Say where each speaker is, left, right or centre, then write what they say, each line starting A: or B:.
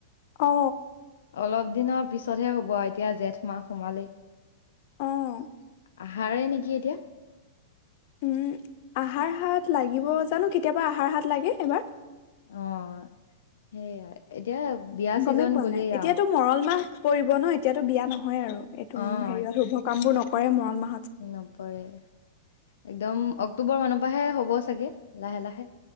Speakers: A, on the left; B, on the left.
A: অ
B: অলপ দিনৰ পিছ ততহে হ'ব আৰু এতিয়া জেঠ মাহ সোমালেই।
A: অ'।
B: আহাৰে নেকি এতিয়া?
A: উম, আহাৰ হাত লাগিব, জানো কেতিয়াবা আহাৰ হাত লাগে, এইবাৰ?
B: অ, সেইয়া এতিয়া বিয়া ছিজন
A: গ'মেই পোৱা
B: গ'লেই
A: নাই। এতিয়াতো
B: আৰু।
A: মৰল মাহ পৰিব ন, এতিয়াতো বিয়া নহ হয় আৰু এইটো,
B: অ'
A: উম, হেৰিয়ত শুভ কামবোৰ নক কৰে, মৰল মাহ
B: নপৰে। একদম অক্টোবৰ মানৰ পৰাহে হ'ব চাগে, লাহে লাহে।